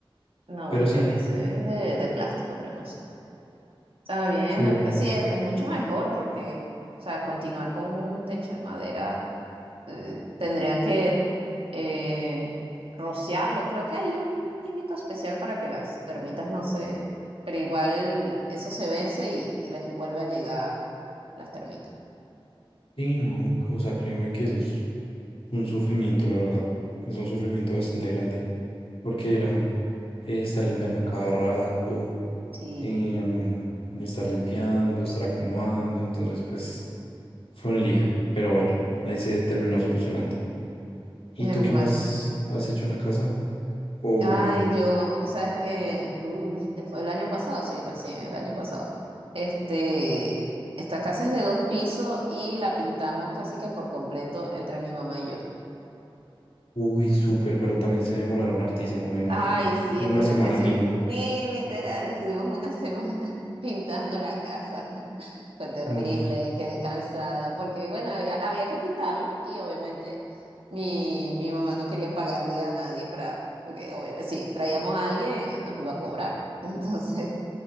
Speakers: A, on the right; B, on the left.
A: no,
B: pero
A: bueno,
B: sí,
A: PVC es de, de plástico, pero no sé. Está bien,
B: sí,
A: me-
B: bueno,
A: sí, es, es mucho mejor porque, o sea, continuar con un techo de madera eh, tendrían que eh, rociarlo. Creo que hay un químico especial para que las termitas no se... Pero igual eso se vence y, y les vuelve a llegar las termitas.
B: sí, no, o sea, créeme que eso es un sufrimiento, la verdad, es un sufrimiento bastante grande, porque era eh, estar limpiando cada rato,
A: Sí,
B: em, estar limpiando, estar acomodando, entonces pues fue un lío, pero bueno, ahí se terminó solucionando. ¿Y
A: menos
B: tú qué
A: mal.
B: más has hecho en la casa? O,
A: Ay, yo, ¿sabes que Uy, fue el año pasado, sí, recién el año pasado. Este, esta casa es de dos pisos y la pintamos casi que por completo entre mi mamá y yo.
B: uy, súper, pero también se demoraron hartísimo, me imagino,
A: Ay, sí,
B: una
A: estuvimos
B: semana
A: que sí,
B: mínimo.
A: sí, literal, estuvimos una semana <laughs> pintando la casa. Fue terrible,
B: Uf.
A: quedé cansada, porque bueno, había, había que pintarla y obviamente mi, mi mamá no quería pagarle a nadie para, porque obvio, si traíamos a alguien nos iba a cobrar. <laughs> Entonces